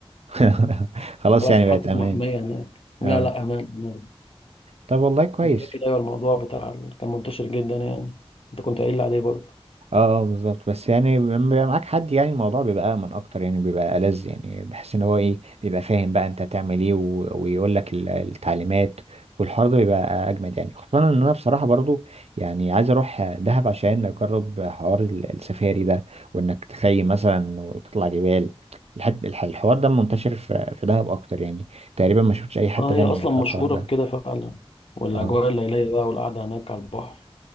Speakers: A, on the right; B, on the left.
A: <laughs> خلاص
B: خلاص
A: يعني
B: اتحط
A: بقت امان
B: في محميه هناك
A: اه
B: لا لا امان امان
A: طب والله كويس
B: انا فاكر ايوه الموضوع بتاع ال- كان منتشر جدا يعني انت كنت قايل لي عليه برضه
A: اه آه، بالظبط بس يعني لما بيبقى معاك حد يعني الموضوع بيبقى امن اكتر يعني بيبقى ألذ يعني بحس ان هو ايه بيبقى فاهم بقى انت هتعمل ايه و- ويقول لك ال- التعليمات والحوار ده بيبقى اجمد يعني خصوصا ان انا بصراحه برضو يعني عايز اروح دهب عشان اجرب حوار ال- السفاري ده وانك تخيم مثلا وتطلع جبال الحت- الح- الحوار ده منتشر في في دهب اكتر يعني تقريبا ما شفتش اي حته
B: اه هي
A: تانية
B: اصلا
A: في الحوار
B: مشهوره
A: ده
B: بكده فعلا والاجواء
A: اه
B: الليليه بقى والقعده هناك على البحر